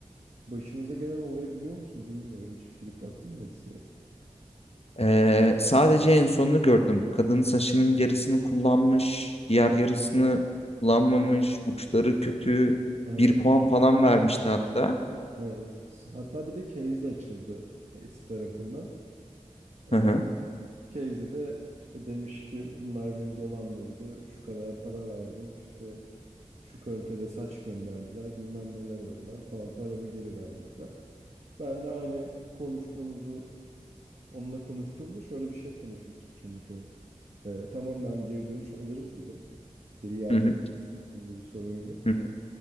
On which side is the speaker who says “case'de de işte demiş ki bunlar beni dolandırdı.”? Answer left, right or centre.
Right